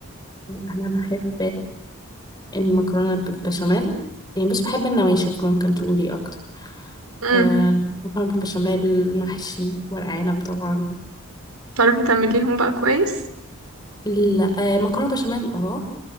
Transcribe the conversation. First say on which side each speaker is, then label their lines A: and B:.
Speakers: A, on the left; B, on the right.
A: انا بحب المكرونة بالبشاميل يعني مش بحب النواشف ممكن تقولي أكتر
B: امم
A: آه مكرونة بالبشاميل محشي ورق عنب طبعا
B: تعرفي تعمليهم بقى كويس
A: لا آه مكرونة بشاميل اه